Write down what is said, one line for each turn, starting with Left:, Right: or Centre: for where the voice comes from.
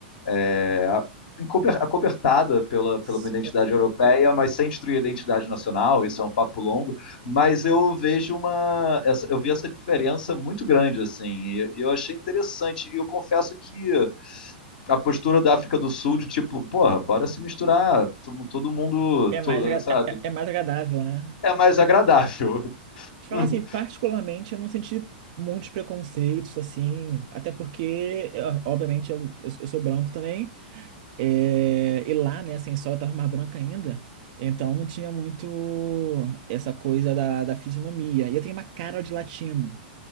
Left: é, acobertada pela, pela
Right: S-
Left: uma identidade europeia, mas sem destruir a identidade nacional, isso é um papo longo, mas eu vejo uma, essa, eu vi essa diferença muito grande, assim, e eu achei interessante, e eu confesso que a postura da África do Sul de tipo, porra, bora se misturar, todo mundo,
Right: É, é mais,
Left: todo,
Right: agra-
Left: sabe,
Right: é, é é mais agradável, né?
Left: é mais agradável.
Right: Te falar
Left: <laughs>
Right: assim, particularmente, eu não senti muitos preconceitos, assim, até porque, é, obviamente, eu, eu, eu sou branco também, é, e lá, né, sem sol, eu tava mais branca ainda, então não tinha muito essa coisa da, da fisionomia. E eu tenho uma cara de latino.